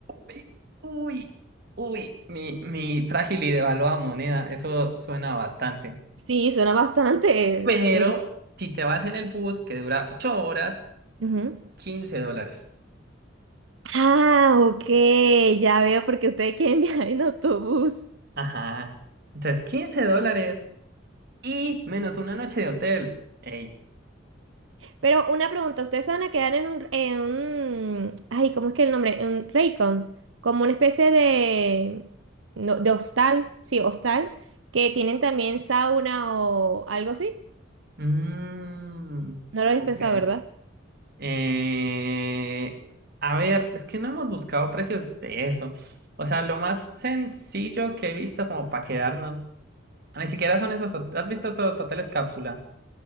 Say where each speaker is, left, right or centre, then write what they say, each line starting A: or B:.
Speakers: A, on the right; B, on the right.
A: Uy, uy, uy, mi, mi frágil y devaluada moneda, eso suena bastante.
B: Sí, suena bastante.
A: Pero
B: mm,
A: si te vas en el bus que dura 8 horas,
B: ujú.
A: 15 dólares.
B: Ah, ok, ya veo porque ustedes quieren <laughs> viajar en autobús.
A: Ajá. Entonces, 15 dólares y menos una noche de hotel. Ey.
B: Pero una pregunta, ¿ustedes se van a quedar en un, en un- ay, ¿cómo es que el nombre? En un Raycon, como una especie de, no, de hostal, sí, hostal, que tienen también sauna o algo así.
A: Mm,
B: No lo habéis
A: ok.
B: pensado, ¿verdad?
A: Eh, a ver, es que no hemos buscado precios de eso. O sea, lo más sencillo que he visto como para quedarnos, ni siquiera son esos. hot- ¿Has visto esos hoteles cápsula?